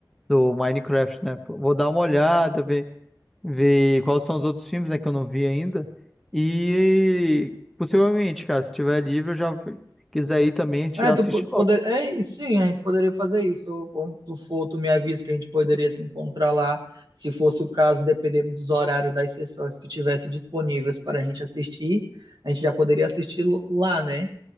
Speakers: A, in the centre; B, on the right (about 60°).
A: do Minecraft, né? Pô, Vou dar uma olhada, ver. ver quais são os outros filmes, né, que eu não vi ainda. E possivelmente, cara, se tiver livre, eu já quiser ir também, a gente
B: É,
A: já
B: tu
A: assiste
B: po- poder...
A: logo.
B: é, e sim, a gente poderia fazer isso. Ou Quando tu for, tu me avisa que a gente poderia se encontrar lá, se fosse o caso, dependendo dos horários das sessões que tivesse disponíveis para a gente assistir, a gente já poderia assistir lo- lá, né?